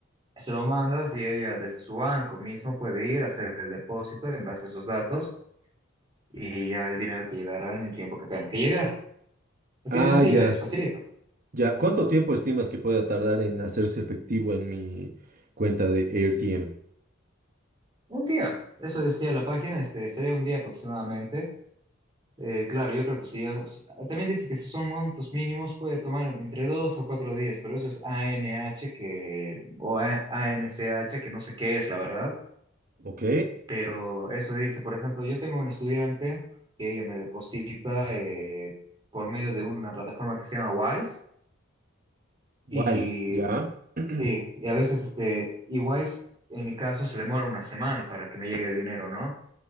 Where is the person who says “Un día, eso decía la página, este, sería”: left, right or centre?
Right